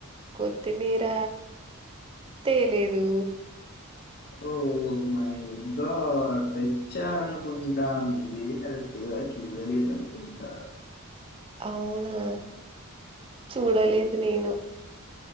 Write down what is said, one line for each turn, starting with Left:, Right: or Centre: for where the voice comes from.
Right: కొత్తిమీర తేలేదు
Left: ఓ మై గార్డ్ తెచ్చారనుకుంటా మీరే కరెక్ట్గా చూడలేదనుకుంటా.
Right: అవునా చూడలేదు నేను